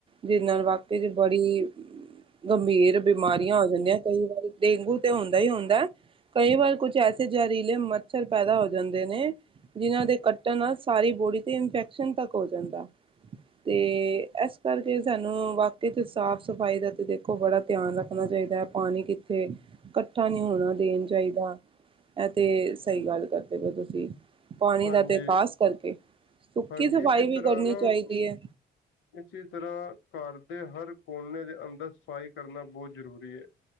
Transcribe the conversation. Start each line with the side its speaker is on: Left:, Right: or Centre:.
Right: ਜਿਦ ਨਾਲ ਵਾਕਈ ਬੜੀ, ਗੰਭੀਰ ਬਿਮਾਰੀਆਂ ਹੋ ਜਾਂਦੀਆਂ ਕਈ ਵਾਰੀ, ਡੇਂਗੂ ਤੇ ਹੁੰਦਾ ਹੀ ਹੁੰਦੈ। ਕਈ ਵਾਰ ਕੁਛ ਐਸੇ ਜ਼ਹਿਰੀਲੇ ਮੱਛਰ ਪੈਦਾ ਹੋ ਜਾਂਦੇ ਨੇ ਜਿਨ੍ਹਾਂ ਦੇ ਕੱਟਣ ਨਾਲ ਸਾਰੀ ਬੋਡੀ ਤੇ ਇਨਫੈਕਸ਼ਨ ਤੱਕ ਹੋ ਜਾਂਦਾ। ਤੇ, ਇਸ ਕਰਕੇ ਸਾਨੂੰ ਵਾਕਈ'ਚ ਸਾਫ਼-ਸਫਾਈ ਦਾ ਤਾ ਦੇਖੋ ਬੜਾ ਧਿਆਨ ਰੱਖ ਹੋਣਾ ਚਾਹੀਦਾ, ਪਾਣੀ ਕਿੱਥੇ ਇਕੱਠਾ ਨੀ ਹੋਣਾ ਦੇਣ ਚਾਹੀਦਾ, ਐ ਤੇ ਸਹੀ ਗੱਲ ਕਰਦੇ ਪਿਓ ਤੁਸੀਂ। ਪਾਣੀ
Left: ਹਾਂਜੀ
Right: ਦਾ ਤੇ ਖ਼ਾਸ ਕਰਕੇ, ਸੁੱਕੀ-ਸਫ਼ਾਈ
Left: ਹਾਂਜੀ ਤਰ੍ਹਾਂ
Right: ਵੀ ਕਰਨੀ
Left: ਨਾ
Right: ਚਾਹੀਦੀ ਐ?
Left: ਇਸੇ ਤਰ੍ਹਾਂ, ਘਰ ਦੇ ਹਰ ਕੋਨੇ ਦੇ ਅੰਦਰ ਸਫ਼ਾਈ ਕਰਨਾ ਬੋਤ ਜ਼ਰੂਰੀ ਏ।